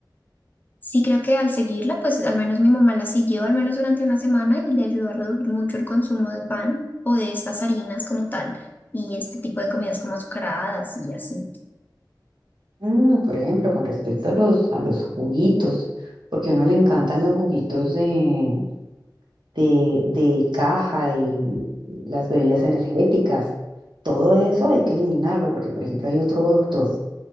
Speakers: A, on the left; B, on the right.
A: sí creo que al seguirla, pues al menos mi mamá la siguió, al menos durante una semana, y le ayudó a reducir mucho el consumo de pan o de estas harinas como tal, y este tipo de comidas como azucaradas y así.
B: mm, por ejemplo, con respecto a los, a los juguitos, porque a uno le encantan los juguitos de de, de caja y las bebidas energéticas. Todo eso hay que eliminarlo porque, por ejemplo, hay otro doctor